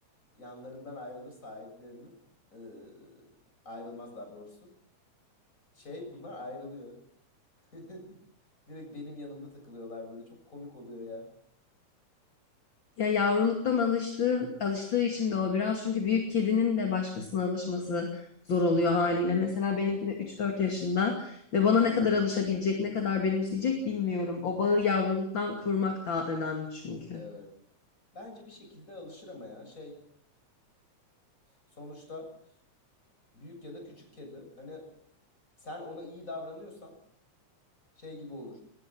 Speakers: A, on the left (about 25°); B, on the left (about 40°).
A: yanlarından ayrılır sahiplerinin. Ee, ayrılmaz daha doğrusu. Şey bunlar ayrılıyor. <laughs> Direkt benim yanımda takılıyorlar böyle. Çok komik oluyor ya.
B: Ya yavruluktan alıştığı, alıştığı için de o biraz çünkü büyük kedinin de başkasına alışması zor oluyor haliyle. Mesela benimki de üç dört yaşında ve bana
A: Aha,
B: ne kadar alışabilecek, ne kadar benimseyecek bilmiyorum. O bağı yavruluktan kurmak daha önemli çünkü.
A: evet. Bence bir şekilde alışır ama ya şey sonuçta büyük ya da küçük kedi. Hani sen ona iyi davranıyorsan şey gibi olur.